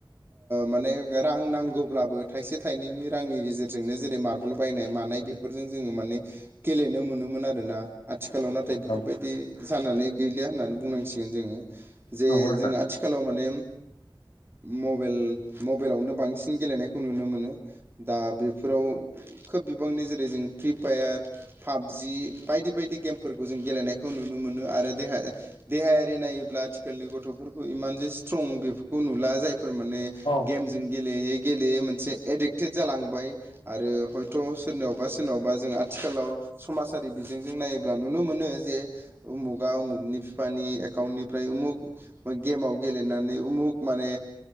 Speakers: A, on the right (about 25°); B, on the left (about 90°).
A: माने रां नांगौब्लाबो थाइसे थाइनैनि रांनि गेजेरजोंनो जेरै मार्बल बायनाय मानाय बेफोरजों जोङो माने गेलेनो मोनोमोन आरो ना आथिखालाव नाथाय बेफोरबायदि
B: औ
A: जानानै गैलिया होननानै बुंनांसिगोन जोङो जे
B: नंगौ नोंथां
A: जों आथिखालाव माने मबेल मबेलावनो बांसिन गेलेनाय खौ नुनो मोनो दा बेफोराव खोब बिबांनि जेरै जों फ्रि फायार पाबजि बायदि बायदि गेमफोरखौ जों गेलेनायखौ नुनो मोनो आरो देहा देहायारि नायोब्ला आथिखालनि गथ'फोरखौ इमान जे सित्रं बेफोरखौ नुला जायफोर माने
B: औ
A: गेमजों गेलेयै गैलेयै मोनसे एडिक्टेड जालांबाय आरो हयथ' सोरनावबा सोरनावबा जों आथिखालाव समाजारि बिजोंजों नायोब्ला नुनो मोनो जे उमुगा उमुगनि बिफानि एकाउन्टनिफ्राय उमुग गेमाव गेलेनानै उमुख माने